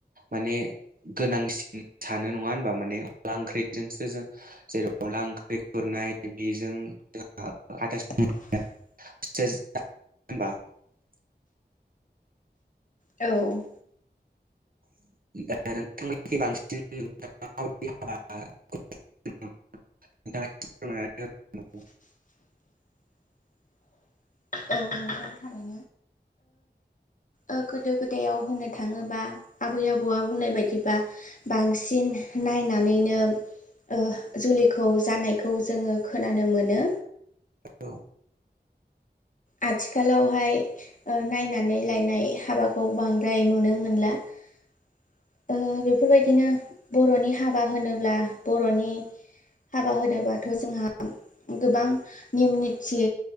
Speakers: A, on the right; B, on the left.
A: माने गोनांसिन सानो नङा होनबा माने अनला ओंख्रि जोंसो जों जेरै अनला ओंख्रि खुरनाय बेजों हाथासुनि
B: <unintelligible>
A: <unintelligible>
B: औ
A: <unintelligible> <unintelligible>
B: <unintelligible> औ नोंथां थारैनो ओ‌ गोदो गोदायाव होननो थाङोबा आबै आबौआ बुंनाय बायदिबा बांसिन नायनानैनो ओ जुलिखौ जानायखौ जोङो खोनानो मोनो
A: औ।
B: आथिखालावहाय ओ नायनानै लायनाय हाबाखौ बांद्राय नुनो मोनला। <unintelligible> ओ बेफोरबायदिनो बर'नि हाबा होनोब्ला बर'नि हाबा होनोबाथ' जोंहा गोबां नियम निथि